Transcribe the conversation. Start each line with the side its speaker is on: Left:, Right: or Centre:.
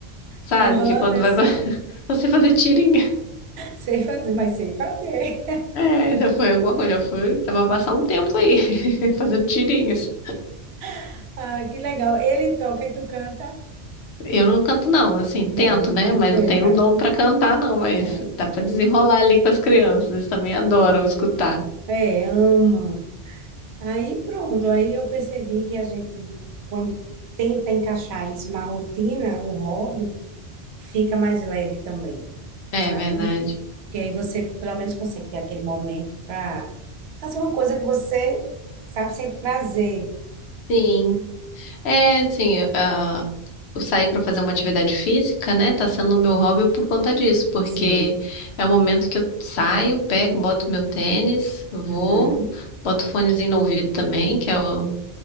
Left: sabe?
Right: Aham,
Left: Que quando
Right: eu
Left: vai
Right: sei.
Left: ba- <laughs> você fazer tirinha.
Right: Sei fazer, mas sei fazer.
Left: É, já foi alguma coisa, já foi, dava pra passar um tempo aí, <laughs> fazendo tirinhas.
Right: <laughs> Ah, que legal. Ele toca e tu canta?
Left: Eu não canto, não, assim, tento,
Right: Não,
Left: né? Mas
Right: eita.
Left: não tenho dom pra cantar, não. Mas
Right: Não,
Left: dá pra desenrolar ali com as crianças, eles também adoram escutar.
Right: é, é, amam. Aí pronto, aí eu percebi que a gente, quando tenta encaixar isso na rotina, o hobby, fica mais leve também,
Left: É
Right: sabe?
Left: verdade.
Right: Porque aí você pelo menos consegue ter aquele momento para fazer uma coisa que você sabe sente prazer.
Left: Sim. É, assim, ah, eu sair pra fazer uma atividade física, né? Tá sendo o meu hobby por conta disso, porque
Right: Sim.
Left: é o momento que eu saio, pego, boto meu tênis, vou,
Right: Uhum,
Left: boto fonezinho no ouvido também, que é o.